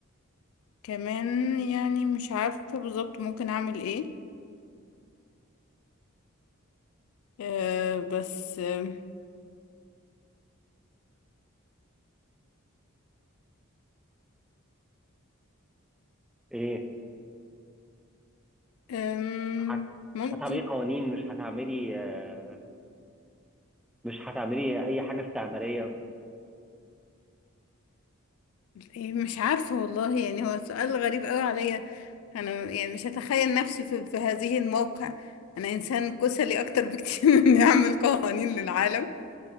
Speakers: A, on the left; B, in the centre.
A: كمان يعني مش عارفة بالظبط ممكن أعمل إيه آه، بس آه،
B: ايه؟
A: آم،
B: هت-
A: ممكن
B: مش هتعملي قوانين مش هتعملي آه، مش هتعملي اي حاجه استعماريه
A: إيه مش عارفة والله يعني هو سؤال غريب قوي عليا انا يعني مش هتخيل نفسي في, في هذه الموقع انا انسان كسلي اكتر بكتير <laughs> من اني اعمل قوانين للعالم